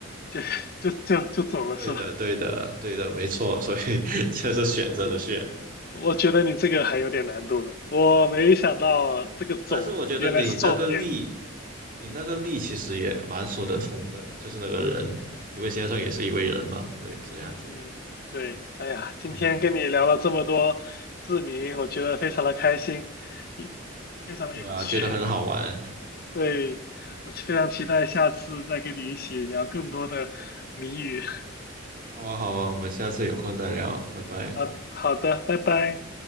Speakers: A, on the left (about 50°); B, on the right (about 45°).
A: 就就就就走了是吧？
B: 对的，对的，对的，没错，所以 <laughs> 就是选择的选。
A: <laughs> 我觉得你这个还有点难度的，我没想到这个走原来是重点。
B: 但是我觉得你那个力，你那个力其实也蛮说得通的，就是那个人，一位先生也是一位人嘛，
A: 嗯
B: 对，这样子，
A: 嗯，对，哎呀，今天跟你聊了这么多字谜，
B: 嗯，
A: 我觉得非常的开心，也非常的有趣。
B: 对啊，觉得很好玩，
A: 对，我非常期待下次再跟你一起聊更多的谜语。<laughs>
B: 好啊，好啊，我们下次有空再聊，拜拜。
A: 好好的，拜拜。